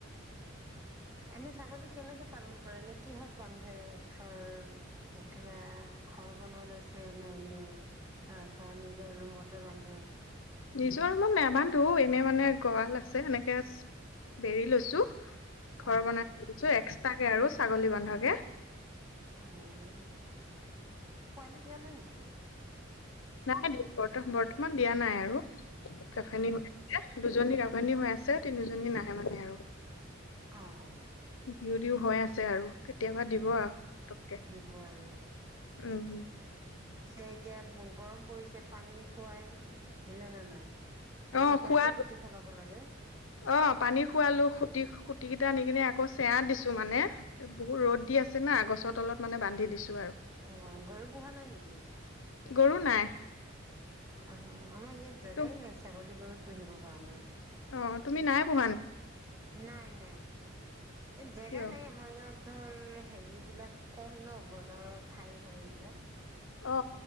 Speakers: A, on the right (about 15°); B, on the left (about 80°).
A: এনে ছাগলী কেনেকে পালন কৰে? নে কিহত বান্ধে ধৰ <unintelligible> ঘৰ বনাই লৈছে নে এনে, ধৰ ঘৰ নিজৰ ৰুমতে বান্ধে।
B: নিজৰ ৰুমত নাবান্ধো, এনেই মানে গঁৰাল আছে এনেকে বেৰি লৈছো, ঘৰ
A: অ অ
B: বনাই লৈছো এক্সট্ৰাকে আৰু ছাগলী বান্ধাকে।
A: উম, পোৱালি দিয়ে নে নিদিয়ে?
B: নাই <unintelligible> ব-বৰ্তমান দিয়া নাই আৰু <unintelligible>
A: অ
B: দুজনী গাঁভনী হৈ আছে, তিনিজনী নাহে মানে আৰু।
A: অ'।
B: দিও দিও হৈ আছে আৰু কেতিয়াবা দিব আৰু। পতককে
A: দিব আৰু।
B: উম,
A: পিছে এতিয়া গৰম পৰিছে, পানী খুৱাই দিলে নে নাই? পানী
B: অ',
A: খোৱাইতো
B: খোৱালো
A: খুটি সলাব লাগে।
B: অ', পানী খোৱালো, খুটি-খুটি কেইটা আনি কিনে আকৌ চেয়া দিছো মানে। বহুত ৰ'দ দি আছে না, গছৰ তলত মানে বান্ধি দিছো আৰু।
A: অ', গৰু পোহা নাই নেকি?
B: গৰু নাই।
A: আহ, আমাৰ ইয়াত জেগাই
B: ত
A: নাই ছাগলী, গৰু পুহিব কাৰণে।
B: অ', তুমি নাই পোহা নি
A: নাই নাই এই জেগা
B: কিয়
A: নাই আ। আমাৰ ইয়াত ধৰ হেৰি বিলাক কম ন বজাৰৰ ঠাই হয় এইবিলাক।
B: অ।